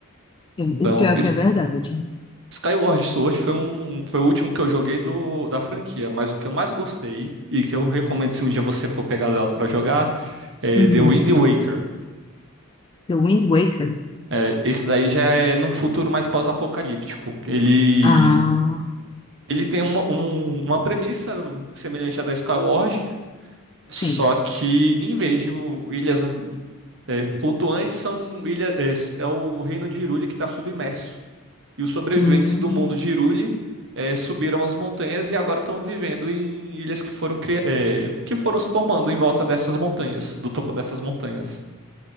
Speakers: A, on the left (about 20°); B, on the right (about 60°).
A: E
B: Então,
A: pior
B: S-
A: que é verdade.
B: Skyward Sword foi um, um, foi o último que eu joguei do, da franquia, mas o que eu mais gostei e que eu recomendo se um dia você for pegar Zelda pra jogar é
A: Uhum.
B: The Wind Waker.
A: The Wind Waker.
B: É, esse daí já é num futuro mais pós-apocalíptico. Ele
A: Ah,
B: Ele tem uma, um- uma premissa semelhante à da Skyward, Só
A: sim.
B: que, em vez de o- ilhas é, flutuantes, são ilha, é, s- é o reino de Hyrule que está submerso. E os sobreviventes
A: Hum,
B: do mundo de Hyrule é, subiram as montanhas e agora estão vivendo em ilhas que foram, cri- é, que foram se formando em volta dessas montanhas, do topo dessas montanhas.